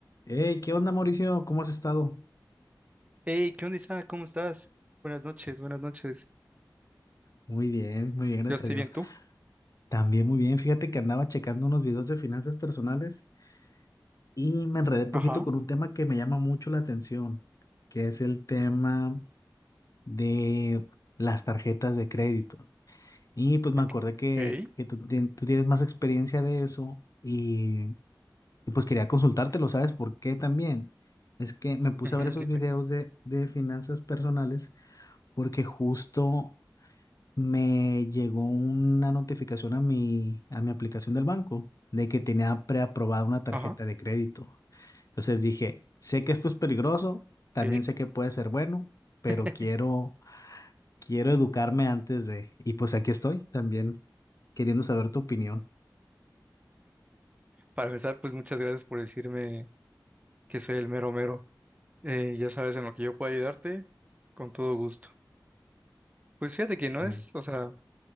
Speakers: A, on the left; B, on the right.
A: Hey, ¿qué onda, Mauricio? ¿Cómo has estado?
B: Hey, ¿qué onda, Isaac? ¿Cómo estás? Buenas noches, buenas noches.
A: Muy bien, muy bien, gracias
B: Yo estoy
A: a Dios.
B: bien, ¿tú?
A: También muy bien. Fíjate que andaba checando unos videos de finanzas personales y me enredé poquito
B: Ajá.
A: con un tema que me llama mucho la atención, que es el tema de las tarjetas de crédito. Y pues me
B: Bien,
A: acordé
B: Ok.
A: que,
B: ok,
A: que tú, tien- tú tienes más experiencia de eso y, y pues quería consultártelo, ¿sabes por qué también? Es que me puse
B: ujú,
A: a ver esos
B: dime.
A: videos de, de finanzas personales porque justo me llegó una notificación a mi, a mi aplicación del banco de que tenía preaprobada una tarjeta
B: Ajá.
A: de crédito. Entonces dije, sé que esto es peligroso, también
B: ok.
A: sé que puede ser bueno, pero
B: <laughs>
A: quiero, quiero educarme antes de... Y pues aquí estoy también queriendo saber tu opinión.
B: Para empezar, pues muchas gracias por decirme que soy el mero mero. Eh, ya sabes, en lo que yo pueda ayudarte, con todo gusto. Pues fíjate que no
A: Ah.
B: es, o sea,